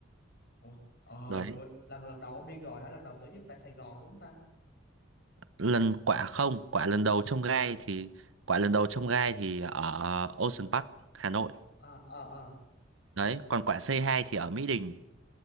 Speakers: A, on the left; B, on the right.
A: ủa, ờ,
B: đấy
A: ủa, lần lần đầu ông đi rồi hả? Lần đầu tổ chức tại Sài Gòn đúng không ta?
B: lần quả không quả lần đầu trong gai thì quả lần đầu trong gai thì ở Ocean Park Hà Nội
A: Ờ, ờ, ờ,
B: đấy còn quả C2 thì ở Mỹ Đình